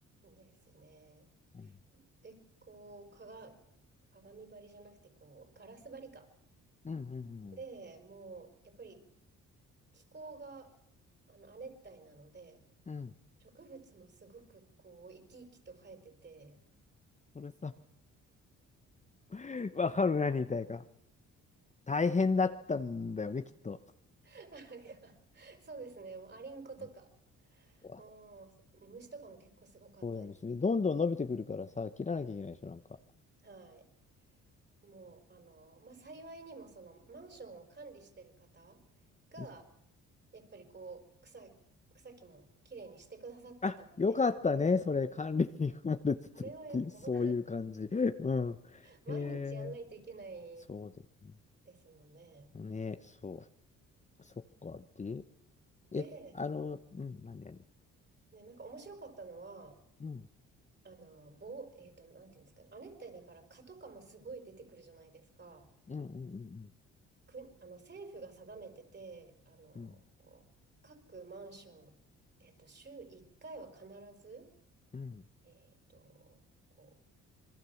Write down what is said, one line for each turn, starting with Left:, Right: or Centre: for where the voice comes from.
Right: ですね。
Left: うん。
Right: で、こう、かが、鏡張りじゃなくて、こう、ガラス張りか。
Left: うん。うん。うん。
Right: で、もう、やっぱり気候があの亜熱帯なので、
Left: うん
Right: 植物もすごくこう生き生きと生えてて、
Left: それさ、<laughs> わかる何言いたいか。大変だったんだよね、きっと。
Right: <laughs> なんか、そうですね、もうアリンコとか、
Left: うんわ
Right: もう虫とかも結構すごかったです。
Left: そうなんですね。どんどん伸びてくるからさ、切らなきゃいけないでしょ、なんか。
Right: はい。もう、あの、まあ、幸いにもそのマンションを管理してる方が、
Left: うん
Right: やっぱりこう、草、草木もきれいにしてくださってたので、
Left: あ、よかったね、それ、管理に含まれててっていう、
Right: これはほん
Left: そういう感じ。うん。
Right: <laughs> 毎日やんないといけない
Left: へえ、そうだよね。
Right: ですもんね。
Left: ね、そう。そっか。で、
Right: で、
Left: え、あの、うん、何何
Right: ね、なんか面白かったのは、
Left: うん、
Right: あの、棒、えっと、なんていうんですかね。亜熱帯だから蚊とかもすごい出てくるじゃないですか。
Left: うん、うん、うん、
Right: く、あの、政府が定めてて、あの、
Left: うん、うん。
Right: 各マンション、えっと、週1回は必ず、
Left: うん
Right: えっと、こう、